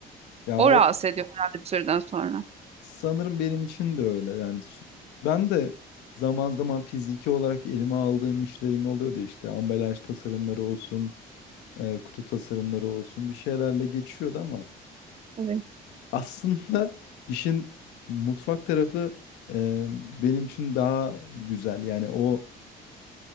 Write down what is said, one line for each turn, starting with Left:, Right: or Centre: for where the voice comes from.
Left: Ya
Right: O
Left: o
Right: rahatsız ediyor herhalde bir süreden sonra.
Left: sanırım benim için de öyle. Yani s- ben de zaman zaman fiziki olarak elime aldığım işlerim oluyordu işte ambalaj tasarımları olsun. e, kutu tasarımları olsun bir şeylerle geçiyordu ama
Right: Evet.
Left: aslında <laughs> işin mutfak tarafı e, benim için daha güzel. Yani o